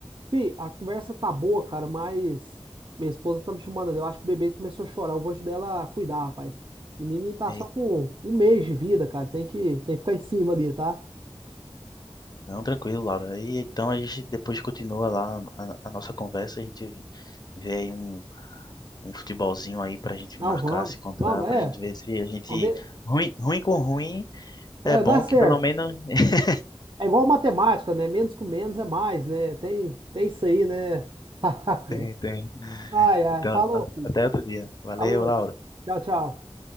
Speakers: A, on the right (about 45°); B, on the left (about 45°).
A: Fih, a conversa tá boa, cara, mas minha esposa tá me chamando ali. Eu acho que o bebê começou a chorar. Eu vou ajudar ela a cuidar, rapaz. O Menininho tá
B: E-
A: só com um mês de vida, cara. Tem que, tem que ficar em cima ali, tá?
B: não, tranquilo, Laura. E, então a gente depois continua lá a, a nossa conversa, a gente vê aí um, um futebolzinho aí pra gente
A: Não,
B: marcar,
A: vamos.
B: se encontrar,
A: Vamos,
B: pra
A: é.
B: gente ver se a gente.
A: Vamos ver.
B: Ruim, ruim com ruim
A: É,
B: é bom
A: dá certo.
B: que pelo menos. <laughs>
A: É igual matemática, né? Menos com menos é mais, né? Tem, tem isso aí, né? <laughs>
B: Tem, tem.
A: Ai, ai.
B: Então,
A: Falou, filho.
B: até outro dia. Valeu,
A: Falou.
B: Laura.
A: Tchau, tchau.